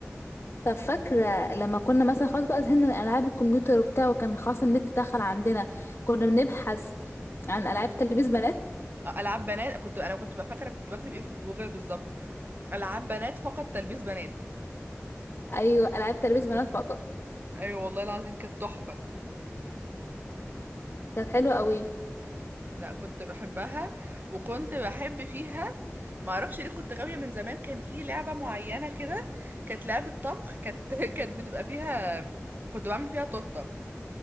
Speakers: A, on the left (about 40°); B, on the right (about 40°).
A: طب فاكرة لما كنا مثلا خلاص بقى زهقنا من ألعاب الكمبيوتر وبتاع وكان خلاص النت دخل عندنا كنا بنبحث عن ألعاب تلبيس بنات
B: <laughs> العاب بنات كنت انا كنت بقى فاكره كنت بكتب ايه في جوجل بالظبط العاب بنات فقط تلبيس بنات
A: ايوه ألعاب تلبيس بنات فقط
B: ايوه والله العظيم كانت تحفه
A: كانت حلوة قوي
B: لا كنت بحبها وكنت بحب فيها معرفش ليه كنت غاوية من زمان كان في لعبة معينة كده كانت لعبة طبخ كانت <laughs> كانت بتبقى فيها كنت بعمل فيها تورتة